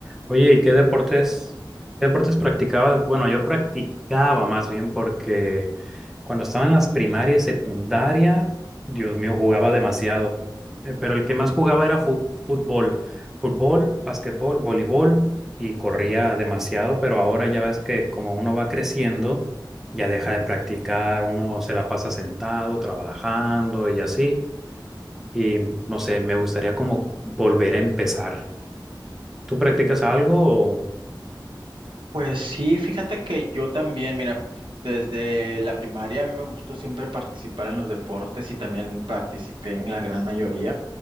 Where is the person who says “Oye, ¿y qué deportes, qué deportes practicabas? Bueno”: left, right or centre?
Centre